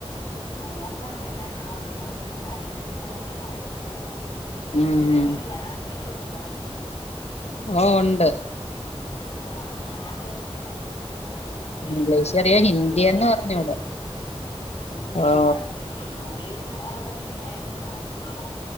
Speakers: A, on the left; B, on the left.
A: നോക്കാം കേട്ടാ ഞാൻ, ഒഴിവെങ്ങാനും വരാണങ്കിൽ നിനക്കെടുത്ത് അയച്ചു തരാം.
B: ഉം
A: നിനക്ക് എങ്ങനെയ ലാംഗ്വേജുണ്ടോ?
B: ഓ ഒണ്ട്
A: ഓ അപ്പൊ പിന്നെ പ്രശ്ന ഇല്ല ഓ ഇംഗ്ലീഷ്ണ്ട്
B: ഇംഗ്ലീഷ് അറിയാം
A: ഡിഗ്രി
B: ഹിന്ദിയൊന്നും
A: ഒക്കെ ഉണ്ടെങ്കിലേ
B: അറിഞ്ഞൂടാ
A: ഹിന്ദി
B: ഓ
A: കൊഴപ്പ ഇല്ല ഇംഗ്ലീഷ് ക്കെയാണവിടെ മെയിനായിട്ട് നോക്കണത്